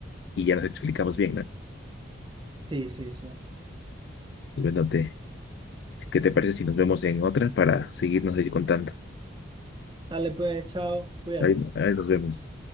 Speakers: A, on the left; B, on the right.
A: y ya nos explicamos bien, ¿no?
B: Sí, sí, sí.
A: Pues, Bueno, te, ¿qué te parece si nos vemos en otra para seguirnos ahí contando?
B: Dale pues, chao, cuídate.
A: Ahí, ahí nos vemos.